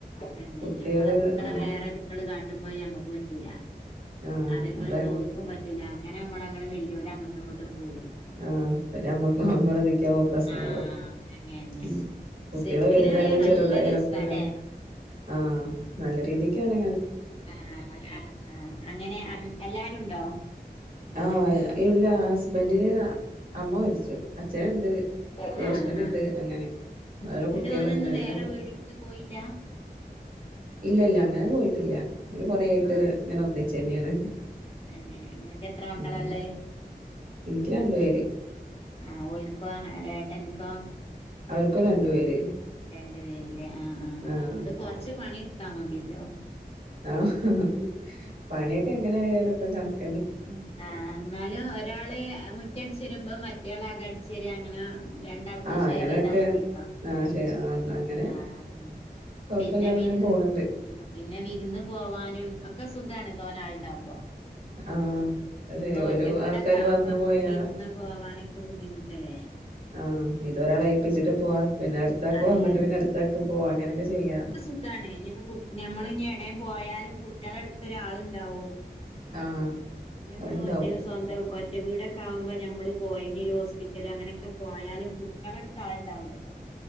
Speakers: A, on the left; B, on the right.
A: പിന്നെ
B: കുട്ടികള്
A: ഞമ്മളെ കുട്ടികളെ
B: ആഹ്
A: വേറെ കുട്ടികള് കാട്ടുമ്പോ ഞമ്മക്ക് പറ്റൂല.
B: ആഹ്
A: അതേപോലും
B: അതാണ്
A: അത്ഓല്ക്കും പറ്റൂല്ല. അങ്ങനെ നമ്മള് അങ്ങനെ വലിയോര് അങ്ങോട്ടും ഇങ്ങോട്ടും. കൂടല്
B: ആ പിന്നെമ്മക്ക് നമ്മള് നിക്കമ്പ പ്രശ്
A: ആഹ് അതങ്ങന്നെ
B: <unintelligible> കുട്ടികള്
A: ശരിക്കിനായാ
B: വലുതായാലും
A: നല്ല
B: ചെറുതായാലും
A: രസാല്ലേ
B: ഒക്കെ കണക്ക. ആ നല്ല രീതിക്കാണ്.
A: ആ ആ ആ അങ്ങനെ എല്ലാരുണ്ടോ.
B: ആ ഇല്ല ഹസ്ബൻഡിന് അമ്മ മരിച്ചു. അച്ഛനുണ്ട്
A: ആഹ്
B: ജ്യേഷ്ഠനുണ്ട്
A: ആഹ്
B: അങ്ങനെ. ആ ഓരോ
A: ന്നട്ട്
B: കുട്ടികളുണ്ട്
A: ഓലൊന്നും
B: അങ്ങനെ
A: വേറെ
B: പോ
A: വീടെടുത്ത് പോയില്ല?
B: ഇല്ല ഇല്ല അങ്ങനെ പോയിട്ടില്ല. കൊറെയിട്ട്
A: ആഹ്
B: ഇങ്ങനെ ഒന്നിച്ചന്നെയാണ്.
A: തന്നെ ഇങ്ങക്ക് എത്ര മക്കളള്ളെ.
B: ഉം എനിക്ക് രണ്ടുവെര്.
A: ആ ഓല്ക്കോ ഏട്ടന്ക്കോ.
B: അവർക്കും രണ്ടു പേര്.
A: രണ്ടു പേരിലേ ആ ആ
B: ആഹ്
A: അതുകൊണ്ട് കൊറച്ച് പണി എടുത്താ മതില്ലോ.
B: ആഹ് ഹ് പണിയൊക്കെ എങ്ങനെ ആയാലുക്കെ കണക്കാ
A: ഉ ആ എന്നാലും ഒരാള് മുറ്റടിച്ച് വരുമ്പോ മറ്റയാൾ അകടിച്ചര്യ അങ്ങന രണ്ടാൾക്കും
B: ആഹ്
A: ഷെയർ
B: അങ്ങനെയൊക്കെ
A: ചെയ്താ മതിയല്ലോ
B: ആഹ് ശരി ആഹ് അങ്ങനെ
A: ആ
B: കൊഴപ്പല്ലാതെ
A: പിന്നെ വിരു
B: അങ്ങനെ പോണണ്ട്
A: പിന്നെ വിരുന്ന് പോവാനും ഒക്കെ. സുഖാണ് തോന്നെ ആളുണ്ടാകുമ്പ.
B: ആഹ് അത്
A: ഇതിപ്പോ
B: ശരിയാ
A: ഒറ്റ
B: ഒരു
A: വീടൊക്കെ
B: ആൾക്കാര്
A: ആകുമ്പോ
B: വന്നു
A: നമക്ക്
B: പോയാ
A: വിരുന്ന് പോവാനൊക്കെ ബുദ്ധിമുട്ടല്ലേ.
B: ആ ഇത് ഒരാളഏൽപ്പിച്ചിട്ട് പോവാ പിന്നെ അടുത്താക്ക്
A: അതെ
B: വന്നിട്ട് പിന്നെ അടുത്താക്ക് പോവാ. അങ്ങനെക്കെ ചെയ്യാ.
A: ഇതാണ് ഇനിയിപ്പ നമ്മള് ഇനി എടയും പോയാലും കുട്ടികളുടെ അടുത്ത് ഒരാളുണ്ടാവും.
B: ആഹ്
A: ഇത് ഞമ്മള്
B: അത്ണ്ടാവും
A: ഒറ്റ സ്വന്തം ഒ ഒറ്റ വീടൊക്കെ ആകുമ്പോ ഞമ്മള് <unintelligible> ഒരു ഹോസ്പിറ്റല് അങ്ങനെയൊക്കെ പോയാലും കുട്ടികളെടുത്ത് ആളുണ്ടാവുല്ലല്ലോ.